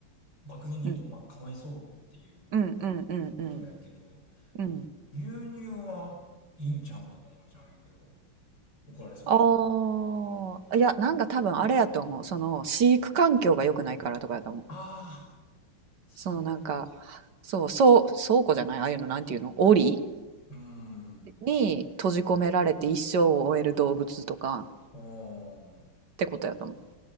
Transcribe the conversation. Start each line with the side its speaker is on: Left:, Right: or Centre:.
Left: 漠然に言うと、
Right: うん
Left: まあ、かわいそうっていう
Right: うんうんうんうん
Left: ことやけど、
Right: うん
Left: 牛乳はいいんちゃうんとか思っちゃうんやけど、怒られそうやけど。
Right: ああ、いや、なんか多分あれやと思う。その飼育環境が良くないからとかやと思う。
Left: ああ、そういうことか。
Right: そのなんか、そう、そう倉庫じゃないああいうのなんていうの檻
Left: うーん。
Right: に閉じ込められて一生を終える動物とか
Left: ああ。
Right: ってことやと思う。